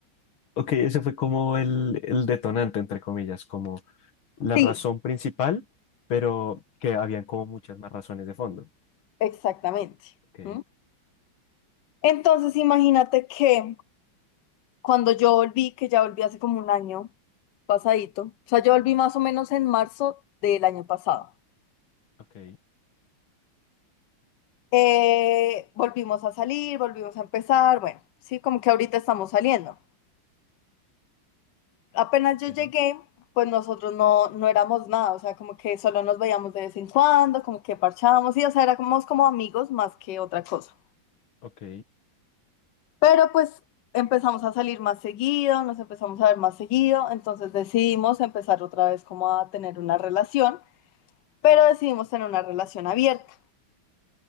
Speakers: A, on the left; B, on the left.
A: Ok, ese fue como el, el detonante, entre comillas, como la
B: Sí,
A: razón principal, pero que habían como muchas más razones de fondo.
B: exactamente.
A: Ok,
B: ¿Mm? Entonces imagínate que cuando yo volví, que ya volví hace como un año pasadito, o sea, yo volví más o menos en marzo del año pasado.
A: ok,
B: Eh, volvimos a salir, volvimos a empezar, bueno, sí, como que ahorita estamos saliendo. Apenas yo
A: sí,
B: llegué, pues nosotros no, no éramos nada, o sea, como que solo nos veíamos de vez en cuando, como que parchábamos, y o sea, éramos como amigos más que otra cosa.
A: ok,
B: Pero pues empezamos a salir más seguido, nos empezamos a ver más seguido, entonces decidimos empezar otra vez como a tener una relación, pero decidimos tener una relación abierta.